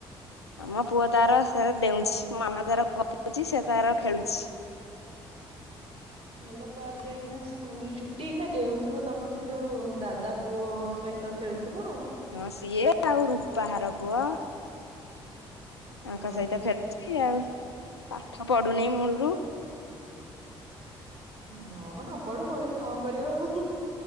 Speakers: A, on the left; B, on the right.
A: ଆମ ପୁଅ ତାର ସେ ଡେଉଛି ମୋ ମାମା ତାର ଗପୁଛି ସେ ତାର ଖେଳୁଛି।
B: ଭଲ ତାର ତ ଏଇକିନା ସ୍କୁଲ ଛୁଟି କିନା ଡେଉଁଥିବ ତମ ସେ ଯୋଉ ଦାଦା ପୁଅ ସହିତ ଖେଳୁଥିବ ଆଉ।
A: ହଁ ସିଏ ଆଉ ରୂପାହାର ପୁଅ। ତାଙ୍କ
B: ଆଉ।
A: ସହିତ ଖେଳୁଛି ଆଉ ପାଠ ପଢୁନି ମୂଳରୁ
B: ନ ନ ପଢୁ ପଢି କଣ କରିବ